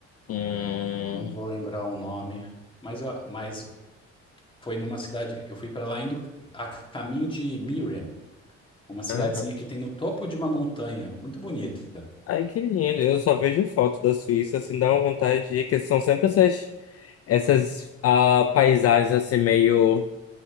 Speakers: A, on the left (about 50°); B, on the left (about 15°).
A: Hum.
B: Não vou lembrar o nome, mas, eu, mas foi numa cidade. Eu fui para lá indo a caminho de Mirren, uma cidadezinha
A: Ah,
B: que tem no topo de uma montanha, muito bonita.
A: ai, que lindo. Eu só vejo foto da Suíça, assim, dá uma vontade de ir, que são sempre essas, essas ah, paisagens, assim, meio